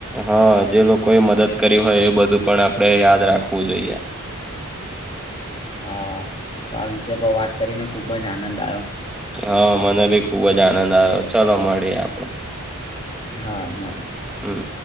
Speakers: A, in the centre; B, on the left.
A: હા જે લોકોએ મદદ કરી હોય એ બધું પણ આપણેે યાદ રાખવું જોઈએ.
B: હા હા તો આ વિષય પર વાત કરીને ખુબ જ આનંદ આવ્યો.
A: હા મને બી ખુબ જ આનંદ આવ્યો ચલો મળીએ આપણે.
B: હા મારી
A: હમ.